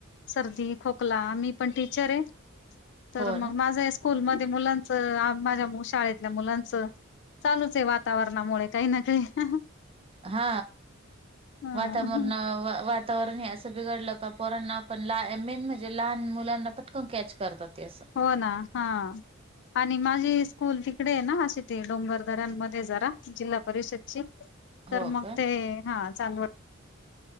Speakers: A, on the left; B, on the right.
A: सर्दी खोकला मी पण टीचर हाय. तर
B: हो
A: मग
B: ना
A: माझं स्कूलमध्ये मुलांच माझ्या शाळेत. मुलांचं चालूच हाय वातावरणामुळे काही ना काही.
B: हा
A: ह
B: वातावरण वातावरण ह अस बिघडलं का पोरांना आपण मेन म्हणजे लहान मुलांना पटकन कॅच करतात अस.
A: हो ना हा. आणि माझी स्कूल तिकडे आहे ना अशी ते डोंगरदरां मध्ये जरा जिल्हा परिषदची
B: हो
A: तर मग
B: का
A: ते हा चालू हाय.